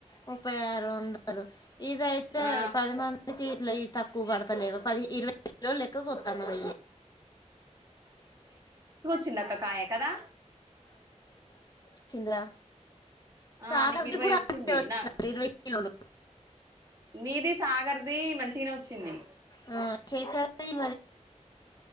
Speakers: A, on the left (about 30°); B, on the right (about 25°).
A: ముప్పై ఆరు వందలు ఇదయితే
B: ఆ
A: పదిమందికిీ ఇట్ల ఈ తక్కువ పడతలేవా పది ఇరవై కిలోలు ఎక్కువ పోతన్నాయి
B: చిన్నక్క కాయ కదా
A: చింది రా
B: ఆ
A: సాగార్ది
B: నీకు ఇరవై
A: కూడా అట్లనే వచ్చింది
B: నా
A: అక్క ఇరవై కిలోలు
B: నీది సాగర్ ది మంచిగనే వచ్చింది
A: ఆ, శేఖర్ ది